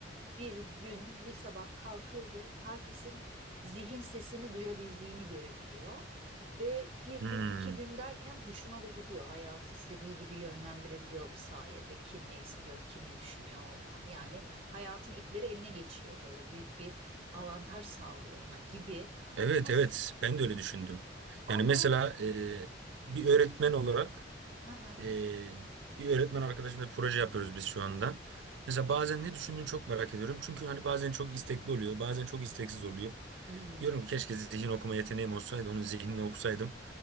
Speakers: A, on the right (about 35°); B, on the right (about 70°).
A: bir gün bir sabah kalkıyor ve herkesin zihin sesini duyabildiğini görebiliyor. Ve bir
B: Hmm,
A: gün iki gün derken hoşuna da gidiyor. Hayatı istediği gibi yönlendirebiliyor bu sayede. Kim ne istiyor, kim ne düşünüyor. Yani hayatın ipleri eline geçiyor böyle büyük bir avantaj sağlıyor ona gibi.
B: Evet
A: Ama
B: evet ben de öyle düşündüm.
A: ama
B: Yani mesela e, bir öğretmen olarak
A: hı hı,
B: Ee, bir öğretmen arkadaşımla bir proje yapıyoruz biz şu anda. Mesela bazen ne düşündüğünü çok merak ediyorum. Çünkü hani bazen çok istekli oluyor, bazen çok isteksiz oluyor.
A: hı hı,
B: Diyorum ki keşke zihin okuma yeteneğim olsaydı, onun zihnini okusaydım.